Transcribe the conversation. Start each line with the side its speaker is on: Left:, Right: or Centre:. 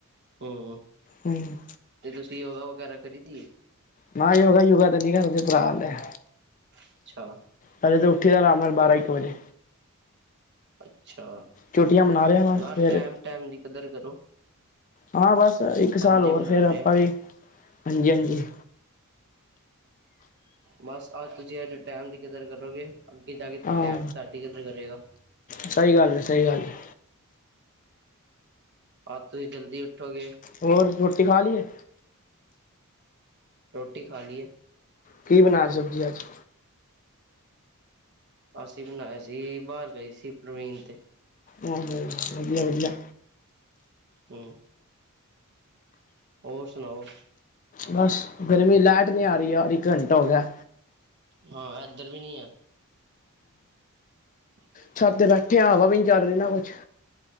Right: ਹਮ
Left: ਹੂੰ
Right: ਤੇ ਤੁਸੀਂ ਯੋਗਾ ਵਗੈਰਾ ਦਰੀਦੀ ਏ।
Left: ਨਾ ਯੋਗਾ ਯੌਗਾ ਤੇ ਨੀ ਕਰਦੇ ਭਰਾ ਲੈ।
Right: ਅੱਛਾ।
Left: ਪਹਿਲੇ ਤਾਂ ਉਠਿਆ ਆਰਾਮ ਨਾਲ ਬਾਰਾਂ ਇੱਕ ਵਜੇ।
Right: ਅੱਛਾ
Left: ਛੁੱਟੀਆਂ ਮਨਾ ਰਿਹਾ ਬਸ
Right: ਨਾ
Left: ਫਿਰ
Right: ਟੈੲਮ- ਟੈੲਮ ਦੀ ਕਦਰ ਕਰੋ।
Left: ਹਾਂ ਬਸ ਇੱਕ ਸਾਲ
Right: ਹਾਂਜੀ
Left: ਹੋਰ
Right: ਬਣਾ
Left: ਫਿਰ ਆਪਾਂ
Right: ਰਿਹਾ
Left: ਵੀ ਹਾਂਜੀ - ਹਾਂਜੀ।
Right: ਬਸ ਅੱਜ ਤੁਸੀਂ ਅਜੇ ਟੈਮ ਦੀ ਕਦਰ ਕਰੋਗੇ। ਏਦ ਕੇ
Left: ਹਾਂ
Right: ਟੈਮ ਤੁਹਾਡੀ ਕਦਰ ਕਰੇਗਾ।
Left: ਸਹੀ ਗੱਲ ਏ ਸਹੀ ਗੱਲ ਏ।
Right: ਅੱਜ ਤੁਸੀਂ ਜਲਦੀ ਉਠੋਗੇ।
Left: ਹੋਰ ਰੋਟੀ ਖਾਲੀ ਏ।
Right: ਰੋਟੀ ਖਾ ਲਈਏ।
Left: ਕੀ ਬਣਾਆ ਸਬਜ਼ੀ ਅੱਜ।
Right: ਅਸੀਂ ਬਣਾਇਆ ਸੀ ਬਾਹਰ ਗਈ ਸੀ ਪਰਵੀਨ ਤੇ।
Left: ਆਹੋ ਵਧੀਆ - ਵਧੀਆ।
Right: ਹਮ <unintelligible> ਔਰ ਸੁਣਾਓ।
Left: ਬਸ ਗਰਮੀ ਲੈਟ ਨੀ ਆ ਰਹੀ ਯਾਰ ਇੱਕ ਘੰਟਾ ਹੋ ਗਿਆ।
Right: ਹਾਂ ਇਧਰ ਵੀ ਨੀ ਹੈ। ਹਾਂ <unintelligible>
Left: ਛੱਤ ਤੇ ਬੈਠੇ ਆਂ ਹਵਾ ਵੀ ਨੀ ਚੱਲ ਰਹੀ ਨਾ ਕੁੱਛ।